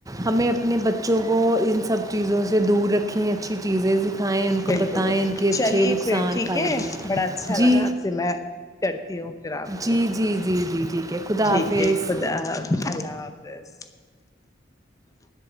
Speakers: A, on the right; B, on the left.
A: ہمیں اب نی بت <inaudible> بچوں کو ان سب چیزوں سے دور رکھیں اچھی چیزیں سکھائیں، ان کو
B: بالکل
A: بتائیں
B: بالکل
A: ان کے اچھے
B: چلیے
A: نقصان،
B: پھر ٹھیک
A: فائدے۔
B: ہے بڑا اچھا
A: جی،
B: لگا آپ سے میں کرتی ہوں پھر آپ
A: جی،
B: کو
A: جی، جی، جی، ٹھیک ہے، خدا
B: ٹھیک
A: حافظ۔
B: ہے خدا حا اللہ بس <inaudible>